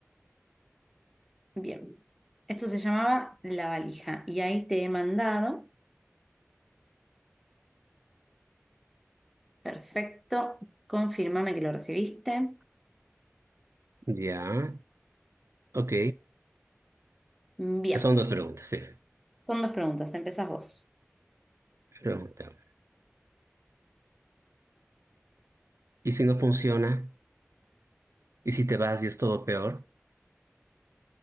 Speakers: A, in the centre; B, on the right.
A: Bien, esto se llamaba la valija y ahí te he mandado. Perfecto, confírmame que lo recibiste.
B: ya, ok.
A: Bien,
B: Son dos preguntas, sí.
A: son dos preguntas, empezás vos.
B: Pregunta. ¿Y si no funciona? ¿Y si te vas y es todo peor?